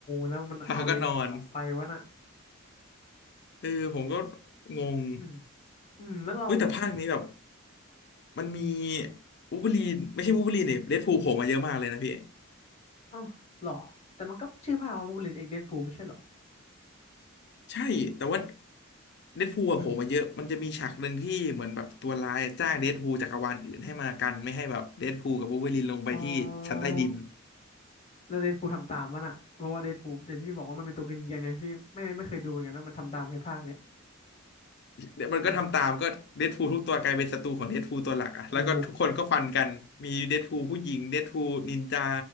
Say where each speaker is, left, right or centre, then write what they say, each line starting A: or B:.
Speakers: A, on the left (about 30°); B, on the left (about 50°).
A: แล้วมันเอายังไงกลับไปวะน่ะ
B: แล้วก็นอนเออผมก็งง
A: อืมอืมแล้วเรา
B: เฮ้ยแต่ภาคนี้แบบ มันมีวูล์ฟเวอรีนไม่ใช่วูล์ฟเวอรีนเนี่ยเดดพูลโผล่มาเยอะมากเลยนะพี่
A: อ๋อเหรอแต่มันก็ชื่อภาคว่าบูลลินเอกเดดพูลไม่ใช่เหรอ
B: ใช่แต่ว่าเดดพูลอะโผล่มาเยอะมันจะมีฉากหนึ่งที่เหมือนแบบตัวร้ายจ้างเดดพูลจากจักรวาลอื่นให้มากันไม่ให้แบบเดดพูลกับวูล์ฟเวอรีนลงไปที่ชั้นใต้ดิน
A: อืม <clears throat> อ๋อแล้วเดดพูลทำตามมันอะเพราะว่าเดดพูลอย่างที่พี่บอกว่ามันเป็นตัวเกรียนๆไงพี่ไม่ไม่ไม่เคยดูเหมือนกันว่ามันทำตามในภาคเนี้ย
B: เดี๋ยวมันก็ทำตามก็เดดพูลทุกตัวกลายเป็นศัตรูของเดดพูลตัวหลักอะแล้วก็ทุกคนก็ฟันกันมีเดดพูลผู้หญิงเดดพูลนินจา
A: <clears throat> อืมโอ้โห